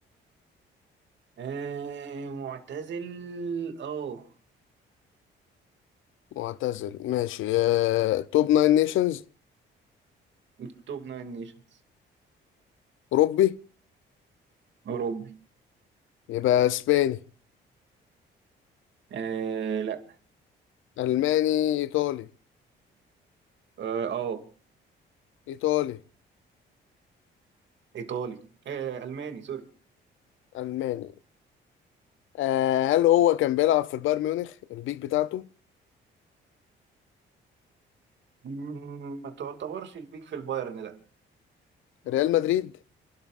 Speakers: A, on the right (about 65°); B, on the left (about 80°).
A: آه معتزل اه
B: معتزل ماشي آه توب ناين نيشنز
A: من توب ناين نيشنز
B: أوروبي
A: اوروبي
B: يبقى اسباني
A: آه لا
B: ألماني إيطالي
A: اه آه،
B: إيطالي
A: ايطالي آه الماني سوري
B: ألماني آه هل هو كان بيلعب في البايرن ميونخ البيك بتاعته
A: مم، ما تعتبرش البيك في البايرن لا
B: ريال مدريد